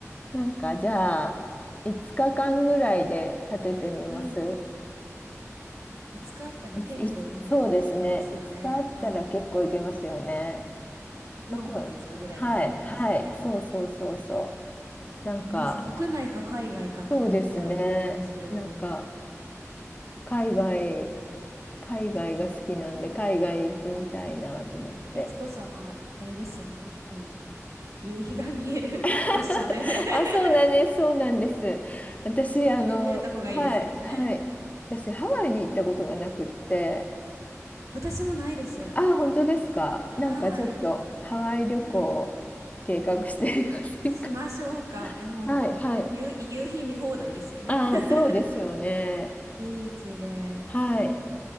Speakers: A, on the left; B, on the right.
A: なんか、じゃあ、5日間ぐらいで立ててみます
B: うん。5日あったら結構いろんなとこ行けますよね。
A: いつ、いつ、そうですね。いつかあったら結構いけますよね。
B: うん。4泊5日ぐらいって感じですかね。
A: どこ、はい、はい、そうそうそうそう。なんか、
B: え、まず国内か海外かってとこからだと思うんですけど、
A: そうですね。なんか、海外、海外が好きなんで、
B: 海外、
A: 海外行ってみたいなと思って。
B: 悦子さん、ああれですよね。あの、夕日が見える
A: <laughs>
B: <laughs> 場所で <laughs>
A: あ、そうなんです、そうなんです。私、
B: 夕日が見えるとこがいいですもんね。
A: あの、はい、はい。私、ハワイに行ったことがなくって、
B: 私もないです。
A: あ、本当ですか。
B: はい。
A: なんかちょっと、ハワイ旅行を計画していませんか。
B: いしましょうか。え、もう、
A: はい、はい。
B: 夕、夕日見放題ですよね。
A: ああ、
B: <laughs>
A: そうですよね。
B: ビーチで、
A: はい。